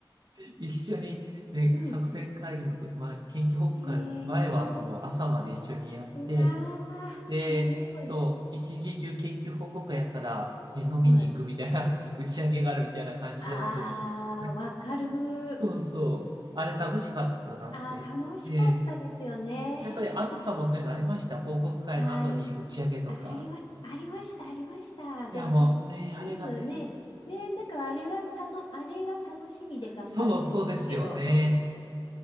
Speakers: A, on the right; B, on the left.
A: <laughs> 一緒に、ね、
B: うん。
A: 作戦会議のと、まあ、研究報告会の前は、
B: ええ
A: その、朝まで一緒にやって、
B: うわあ、
A: で、
B: すごい。
A: そう、一日中研究報告会やったら、ね、飲みに行くみたいな、
B: うん。
A: <laughs> 打ち上げがあるみたいな感じじゃないですか。
B: ああ、
A: <laughs>
B: わかる。
A: そうそう。あれ楽しかったなって。
B: ああ、楽しかったですよね。
A: ええ。やっぱり、あずさもそういうのありました。報告会の後に打ち上げとか。
B: ああ、ありあ、ありま、ありました、ありました。
A: いや、
B: で、私の研究室ね、
A: もう、ね、あれがね。
B: ね、なんかあれがたの、あれが楽しみで頑張るじゃないですけど、
A: そう、そうですよね。